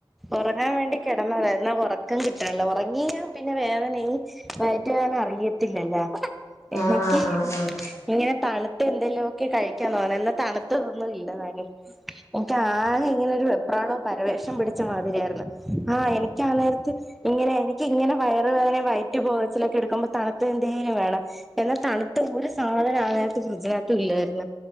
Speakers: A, in the centre; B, on the left.
A: ഉറങ്ങാൻ വേണ്ടി കിടന്നത എന്നാ ഉറക്കം കിട്ടണല്ലോ ഉറങ്ങിയ പിന്നെ വേദന മയറ്റാനൻ അറിയത്തില്ലല്ലോ എനിക്ക്
B: ആഹ് ആഹ് ആഹ് ആഹ്
A: ഇങ്ങനെ തണുത്ത എന്തെലുമൊക്കെ കഴിക്കാൻ തോന്ന എന്നാ തണു <unintelligible> എനിക്ക് ആകെ ഇങ്ങനെ ഒരു വെപ്രാളോം പരവേഷം പിടിച്ച മാതിരിയായിരുന്നു ആഹ എനിക്കാ നേരത്തെ ഇങ്ങനെ എനിക്ക് ഇങ്ങനെ വയറ വേദന വയറ്റ് പോകച്ചിലൊക്കെ എടുക്കുമ്പോ തണുത്ത എന്തേങ്കിലും വേണം എന്നാൽ തണുത്ത ഒരു സാധനം ആ നേരത്ത് ഫ്രിഡിജനകത്ത് ഇല്ലായിരുന്നു